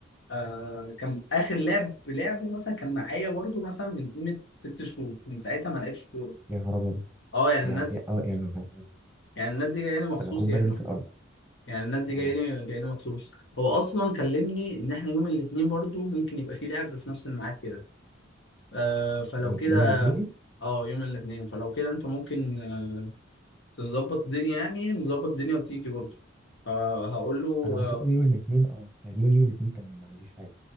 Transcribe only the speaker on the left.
آه كان اخر لعب لعبه مثلا كان معايا برضو مثلا من قيمه ست شهور من ساعتها ما لعبش كوره
اه يعني
الناس
يعني الناس دي جايه لي مخصوص
يعني
يعني الناس دي جايه
لي جايه لي مخصوص هو اصلا كلمني ان احنا يوم الاثنين برضو ممكن يبقى في لعب في نفس الميعاد كده آه فلو
كده
اه يوم الاثنين فلو كده انت ممكن آه، تظبط الدنيا يعني نظبط الدنيا وتيجي برضه آه هقول له
آه